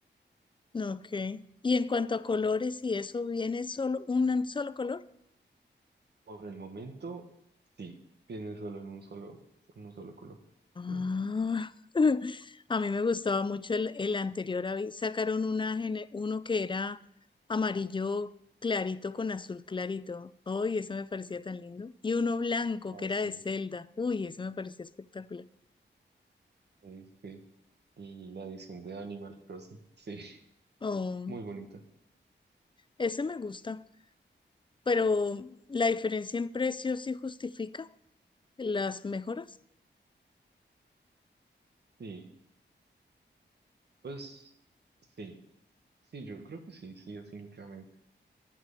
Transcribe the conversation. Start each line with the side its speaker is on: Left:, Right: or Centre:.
Left: Ok. Y en cuanto a colores, ¿y eso viene solo un solo color?
Right: Por el momento, sí, viene solo en un solo, en un solo color.
Left: Ah,
Right: Mm.
Left: <laughs> a mí me gustaba mucho el, el anterior. habí- Sacaron una, gene- uno que era amarillo clarito con azul clarito. Uy, eso me parecía tan lindo. Y uno blanco
Right: Ah,
Left: que era
Right: sí,
Left: de Zelda. Uy, eso me parecía espectacular.
Right: sí sí. la edición de Animal Crossing, sí, <laughs>
Left: Oh,
Right: muy bonita.
Left: ese me gusta. Pero la diferencia en precios sí justifica las mejoras.
Right: Sí. Pues sí, sí, yo creo que sí, sí, definitivamente.